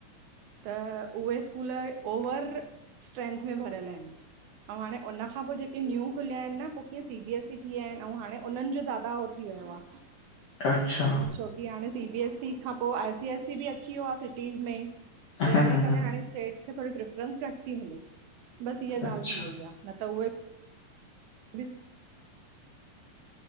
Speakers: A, on the right (about 70°); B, on the left (about 55°).
A: त उहे स्कूल ओवर स्ट्रेंथ में भरियल हिनि अंऊं हाणे हुनखां पो जेके न्यू खुलिया हिनि न पो कीअं सी बी एस सी थी विया हिनि अंउं हाणे उन्हनि जो ज़्यादा हो थी वयो आ
B: अच्छा
A: छोकी हाणे सी बी एस सी खां पो आई सी एस सी बि अची वियो आ सिटीज़ में।
B: हम्म
A: त इन्हजे करे
B: हम्म,
A: हाणे स्टेट खे थोड़ी प्रेफरेंस घटि ती हले बसि हीअ
B: अच्छा
A: ॻाल्हि थी वई आ। न त उहे बि